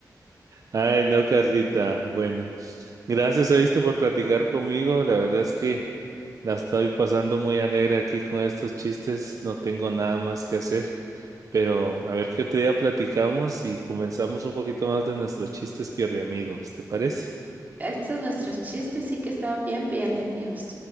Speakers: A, on the right; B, on the right.
A: Ay, no, Carlita. Bueno, gracias, oíste, por platicar conmigo. La verdad es que la estoy pasando muy alegre aquí con estos chistes. No tengo nada más que hacer. Pero a ver qué otro día platicamos y comenzamos un poquito más de nuestros chistes pierde amigos. ¿Te parece?
B: Estos nuestros chistes sí que estaban bien pierde, amigos.